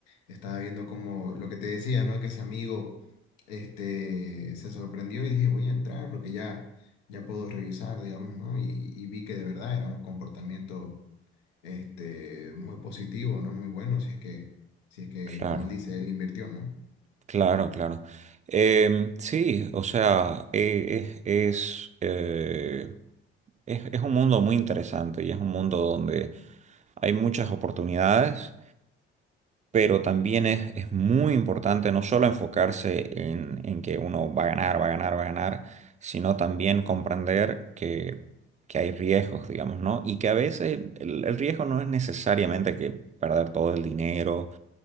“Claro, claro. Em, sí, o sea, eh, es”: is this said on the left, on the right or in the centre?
Right